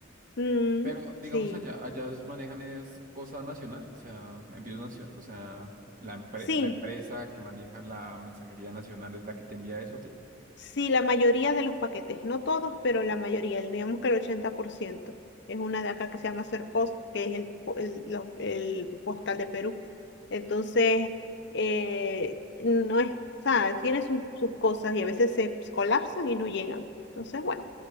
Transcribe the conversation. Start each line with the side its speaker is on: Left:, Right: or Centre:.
Left: Mm,
Right: Pero digamos
Left: sí,
Right: allá, allá os manejan es cosa nacional, o sea, envíos nacionales, o sea, la empre-
Left: sí.
Right: la empresa que maneja la mensajería nacional es la que te envía eso a ti.
Left: Sí, la mayoría de los paquetes, no todos, pero la mayoría, el- digamos que el 80% Es una de acá que se llama Serpost, que es el, po- el, lo- el postal de Perú. Entonces, eh, no es, o sea, tiene sus, sus cosas y a veces se pues, colapsan y no llegan. Entonces, bueno,